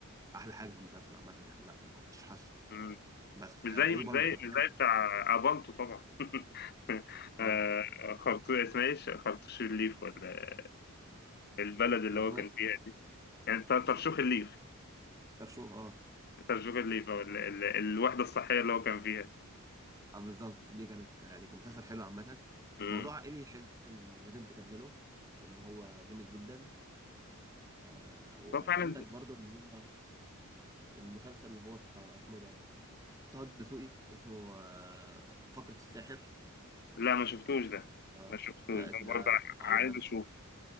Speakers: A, on the right; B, on the left.
A: أحلى حاجة في المسلسل عامة يعني لأ ما كنتش حاسه
B: مم.
A: بس
B: مش
A: آه،
B: زي
A: في
B: مش
A: برضه
B: زي
A: كان حلو
B: مش زي بتاع ابانتو طبعا <laughs>
A: أه
B: آه، خرطوش اسمها ايه خرطوش الليف ولا البلد اللي
A: كان اسمه
B: هو كان
A: إيه؟
B: فيها دي يعني تر- ترشوخ الليف
A: ترشوخ أه
B: ترشوخ الليف او ال- ال- الوحده الصحيه اللي هو كان فيها
A: أه بالظبط دي كانت آه، يعني كان مسلسل حلو عامة
B: مم.
A: موضوع عائلي حلو لازم لازم تكمله لأن هو جامد جدا آه وكان
B: بس هو فعلا
A: عندك
B: زي-
A: برضه اللي هو المسلسل اللي هو بتاع اسمه إيه ده طه الدسوقي اسمه آه فقرة الساحر
B: لا ما شفتوش ده
A: أه
B: ما شفتوش
A: لا
B: ده
A: ده
B: برضه
A: على
B: عايز اشوف